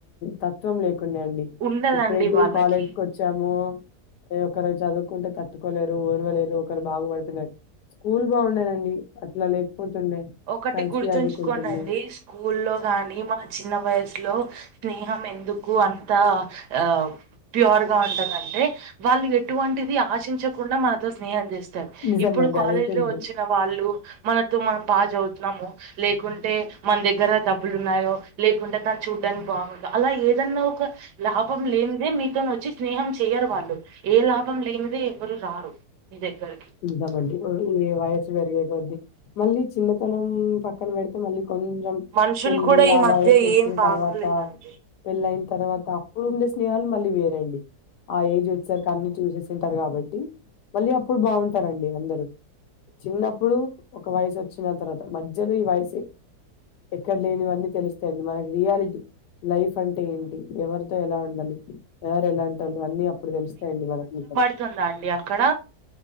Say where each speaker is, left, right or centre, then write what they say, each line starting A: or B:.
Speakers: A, on the left; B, on the right.
A: తత్వం లేకుండేయండి
B: ఉండదండి
A: ఎప్పుడైతే
B: వాళ్ళకి
A: కాలేజ్కి ఓచ్చామో ఏ ఒకరు చదువుకుంటే తట్టుకోలేరు ఓరువలేరు ఒకరు బాగుపడుతున్నా స్కూల్ బాగుండేదండి అట్లా లేకపోతుండే
B: ఒకటి
A: కలిసి
B: గుర్తుంచుకోండి
A: చదువుకుంటుండే
B: అండి స్కూల్లో గాని మా చిన్న వయసులో స్నేహం ఎందుకు అంతా ఆ ప్యూర్గా ఉంటదంటే వాళ్ళు ఎటువంటిది ఆశించకుండ మనతో స్నేహం చేస్ తరు
A: నిజం
B: ఇప్పుడు
A: అండి
B: కాలేజ్
A: అదైతే
B: లో
A: నిజం
B: వచ్చిన వాళ్ళు మనతో మనం బాగా చదువుతున్నాము. లేకుంటే మన దగ్గర డబ్బులు ఉన్నాయో లేకుంటే తను చూడ్డానికి బాగుండు అలా ఏదన్నా ఒక లాభం లేనిదే మీతోనొచ్చి స్నేహం చెయరు వాళ్ళు ఏ లాభం లేనిదే ఎవరు రారు మీ దగ్గరకి.
A: ఇద్దామండి ఈ వయస్సు పెరిగే కొద్ది మళ్ళీ చిన్నతనం పక్కన పెడితే మళ్ళీ కొంచెం
B: మనుషులు
A: పెళ్ళి
B: కూడా ఈ
A: ఆ
B: మధ్య
A: వయసు వొచ్చిన
B: ఏం బాగోలేదండి
A: తర్వాత పెళ్ళ అయిన తర్వాత అప్పుడు ఉండే స్నేహాలు మళ్ళీ వేరండి. ఆ ఏజ్ వచ్చేసరికి అన్ని చూసేసి ఉంటరు కాబట్టి మళ్ళీ అప్పుడు బావుంటరండి అందరు చిన్నప్పుడు ఒక వయసు వచ్చిన తర్వాత మధ్యలో ఈ వయసే ఎక్కడ లేనివన్నీ తెలుస్తయండి మనకి రియాలిటీ లైఫ్ అంటే ఏంటి ఎవరితో ఎలా ఉండాలి ఎవరు ఎలాంటోళ్లు అన్ని ఇప్పుడు తెలుస్తాయండి మనకి పల్
B: స్తుందా అండి అక్కడ